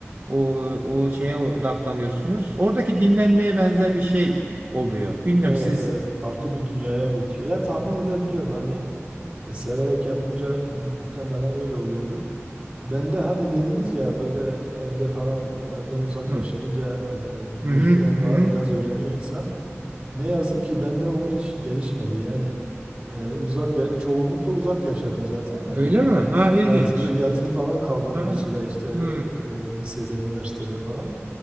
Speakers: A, on the right; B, on the right.
A: o o şeye odaklanıyorsunuz. Oradaki dinlenmeye benzer bir şey oluyor. Bilmiyorum
B: Evet
A: siz
B: evet farklı bir dünyaya götürüyor. Ya tahmin edebiliyorum hani e, severek yapınca muhtemelen öyle oluyordur. Ben de hani dediniz ya böyle evde falan evden uzak
A: Hı
B: yaşayınca e, mecburen
A: hı hı. hı.
B: ba-
A: hı.
B: biraz öğreniyor insan. Ne yazık ki bende o hiç gelişmedi. Yani e, uzak ya- çoğunlukla uzak yaşadım zaten de hani
A: Öyle mi? Ha ilginç.
B: yatılı yatılı falan kaldığım
A: Ha.
B: bir süre işte
A: Hı.
B: e, lisede, üniversitede falan.